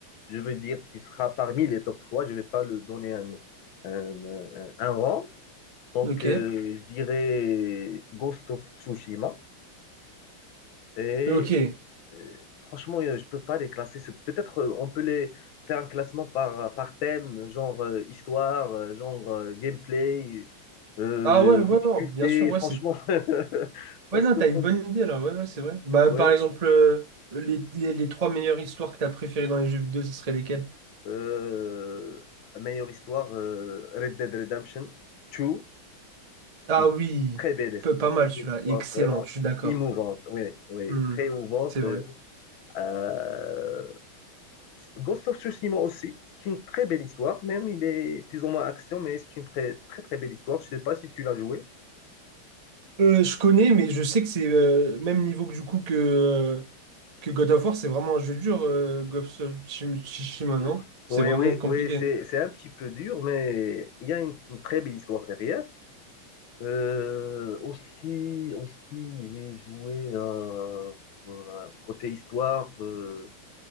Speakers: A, on the left; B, on the right.
A: je veux dire qu'il sera parmi les top trois Je ne vais pas le donner un, un, un- un rang. Donc,
B: Ok.
A: euh, je dirais Ghost of Tsushima et
B: Ok.
A: euh, franchement, euh, je peux pas les classer. C'est- Peut-être euh, on peut les faire un classement par, euh, par thème, genre euh, histoire, euh, genre euh, gameplay, euh,
B: Ah ouais, ouais,
A: difficulté,
B: ouais, bien sûr, ouais,
A: franchement.
B: c'est.
A: <laughs> Parce
B: Ouais, non,
A: que,
B: t'as une
A: comme-
B: bonne idée là, ouais, ouais, c'est vrai. Bah,
A: ouais,
B: par exemple, euh, les, les, les trois meilleures histoires que t'as préférées dans les jeux vidéo, ce serait lesquelles?
A: euh, meilleure histoire, euh, Red Dead Redemption 2,
B: Ah
A: une
B: oui,
A: très belle histoire,
B: P- pas mal
A: une
B: celui-là,
A: histoire
B: excellent,
A: vraiment
B: je suis d'accord.
A: émouvante, oui, oui,
B: Hmm,
A: très émouvante.
B: c'est vrai.
A: euh, Euh, Ghost of Tsushima aussi, c'est une très belle histoire, même il est plus ou moins action, mais c'est une très très, très belle histoire. Je ne sais pas si tu l'as joué.
B: Euh, je connais, mais je sais que c'est euh, même niveau que du coup que, que God of War, c'est vraiment un jeu dur, euh, Ghost of Tsushima, Tsushima,
A: Oui,
B: non? C'est
A: oui,
B: vraiment
A: oui,
B: compliqué.
A: oui, c'est c'est un petit peu dur, mais il y a une, une très belle histoire derrière. Euh, aussi, aussi j'ai joué à- à- côté histoire. euh,